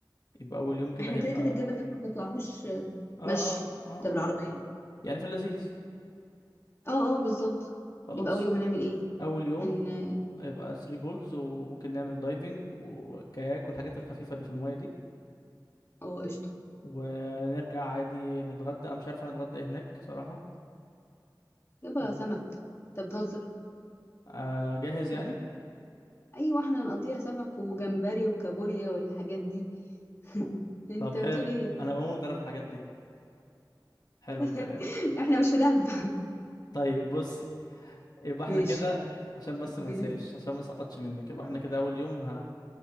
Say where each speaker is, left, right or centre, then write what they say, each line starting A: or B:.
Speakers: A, on the left; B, on the left.
A: يبقى اول يوم كده
B: احنا
A: هيبقى
B: كده كده
A: اه
B: الجبل ده ما بنطلعهوش
A: اه
B: مشي
A: اه اه
B: ده بالعربية
A: يعني في اللذيذ
B: اه اه بالظبط
A: خلاص
B: يبقى اول يوم هنعمل ايه
A: اول يوم
B: هن
A: هيبقى 3 بولز وممكن نعمل دايفنج وكاياك والحاجات الخفيفة اللي في المية دي
B: اه قشطة
A: ونرجع عادي نتغدى أنا مش عارف هنتغدى إيه هناك صراحة
B: يبقى
A: هن-
B: سمك انت بتهزر
A: آه، جاهز
B: <laughs>
A: يعني
B: ايوه احنا هنقضيها سمك وجمبري وكابوريا والحاجات دي <laughs> انت
A: طب حلو
B: بتقول ايه
A: انا بموت انا في الحاجات دي حلو
B: <laughs>
A: الكلام
B: احنا مش في دهب <laughs>
A: طيب بصي يبقى احنا
B: ماشي
A: كده عشان بس
B: بال...
A: ما انساش عشان ما سقطش منك يبقى احنا كده اول يوم ه...